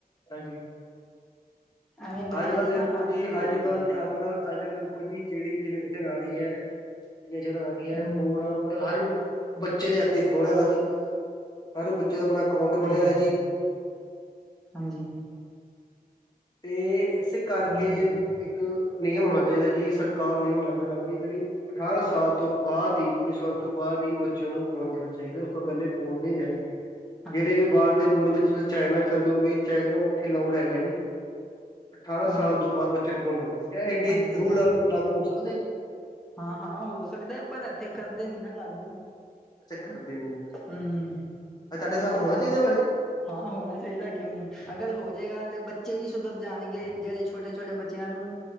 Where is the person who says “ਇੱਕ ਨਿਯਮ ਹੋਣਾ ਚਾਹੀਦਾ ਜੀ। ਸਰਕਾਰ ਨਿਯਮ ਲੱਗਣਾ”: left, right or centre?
Left